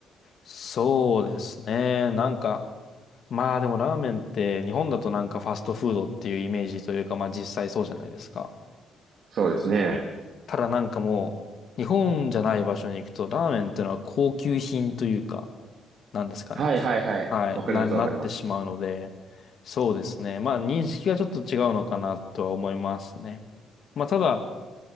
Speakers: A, on the left (about 60°); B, on the right (about 65°).
A: そうですね。なんか、まあでもラーメンって日本だとなんかファストフードっていうイメージというかまあ実際そうじゃないですか。
B: そうですね。
A: ただなんかもう日本じゃない場所に行くとラーメンっていうのは高級品というかなんですかね。
B: はいはいはい。
A: ふはい、
B: わかりますわかります。
A: な、なってしまうので、そうですね。まあ認識がちょっと違うのかなとは思いますね。まあただ、